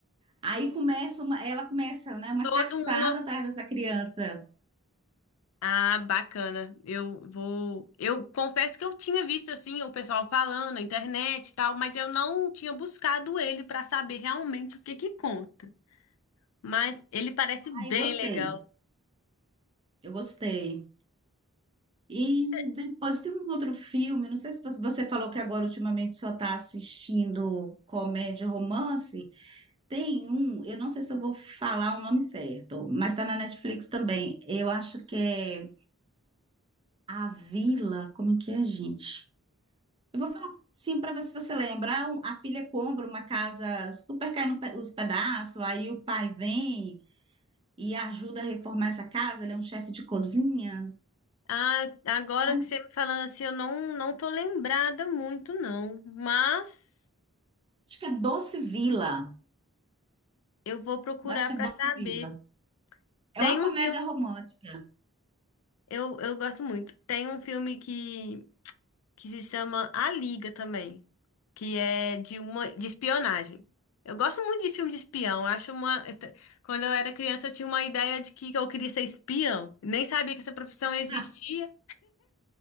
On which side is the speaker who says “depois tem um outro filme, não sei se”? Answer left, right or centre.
Right